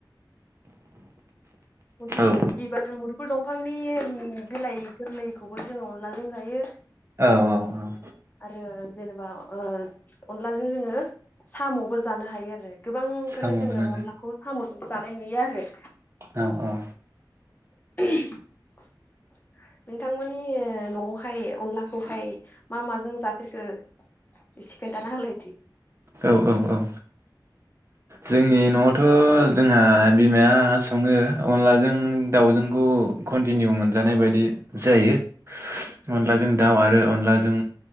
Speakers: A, on the left (about 25°); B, on the right (about 35°).
A: मुदुफुल
B: औ
A: बिबार दं मुदुफुल दं बिफांनि बिलाइ गोरलैखौबो जोङो अनलाजों जायो
B: औ औ औ
A: आरो जेनेबा ओ अनलाजों जोङो साम'बो जानो हायो आरो। गोबांखौनो
B: साम'बो
A: जोङो
B: जानो
A: अनलाखौ साम'जों जानाय नुयो आरो
B: औ औ
A: <inaudible> नोंथांमोननि न'आवहाय अनलाखौहाय मा माजों जाफेरखो एसे खोनन्थाना होलायदो
B: औ औ औ जोंनि न'आवथ' जोंहा बिमाया सङो अनलाजों दाउजोंखौ कन्टिनिउ मोनजानाय बायदि जायो अनलाजों दाउ आरो अनलाजों